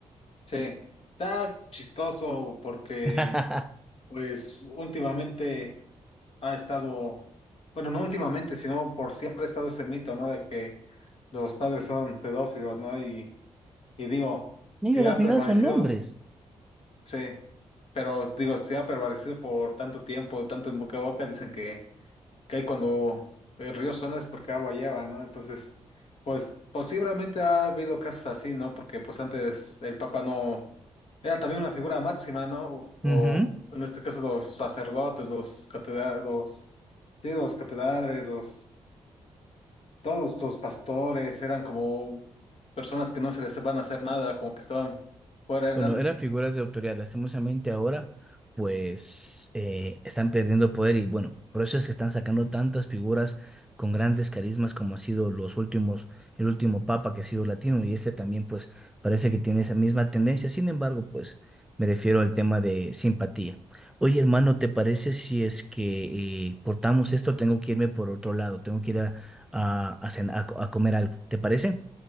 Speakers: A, on the left; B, in the centre.
A: sí, está chistoso porque,
B: <laughs>
A: pues últimamente... ha estado, bueno, no últimamente, sino por siempre ha estado ese mito, ¿no? De que los padres son pedófilos, ¿no? Y, y digo,
B: Mira,
A: si
B: al
A: ha
B: final
A: permanecido,
B: son hombres.
A: sí, pero digo, si ha permanecido por tanto tiempo, tanto en boca a boca, dicen que, que ahí cuando el río suena es porque agua lleva, ¿no? Entonces, pues posiblemente ha habido casos así, ¿no? Porque pues antes el Papa no era también una figura máxima, ¿no? O,
B: Ujú.
A: o en este caso los sacerdotes, los catedrales, los, sí, los catedrales, los, todos los pastores eran como personas que no se les van a hacer nada, como que estaban fuera,
B: Bueno,
A: eran,
B: eran figuras de autoridad. Lastimosamente ahora, pues, eh, están perdiendo poder y bueno, por eso es que están sacando tantas figuras con grandes carismas como ha sido los últimos, el último papa que ha sido latino y este también, pues, parece que tiene esa misma tendencia. Sin embargo, pues, me refiero al tema de simpatía. Oye, hermano, ¿te parece si es que eh, cortamos esto? Tengo que irme por otro lado, tengo que ir a, a, a cen- a co- a comer algo. ¿Te parece?